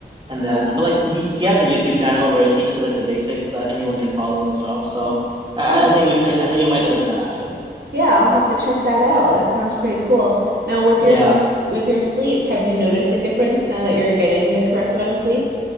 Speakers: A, on the right; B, on the right.
A: And then,
B: Uh,
A: but like he he has a YouTube channel where he teaches like the basics that anyone can follow and stuff. So I,
B: oh,
A: I think we I, I think you might like that actually.
B: yeah, I'll have to check that out. That sounds pretty cool. Now with
A: Yeah,
B: your s- with your sleep, have you noticed a difference now that you're getting the correct amount of sleep?